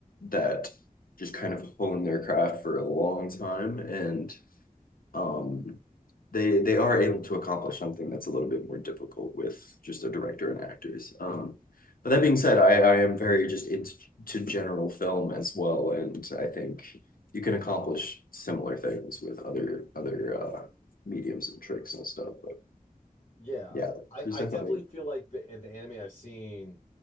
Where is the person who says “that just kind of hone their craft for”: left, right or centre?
Left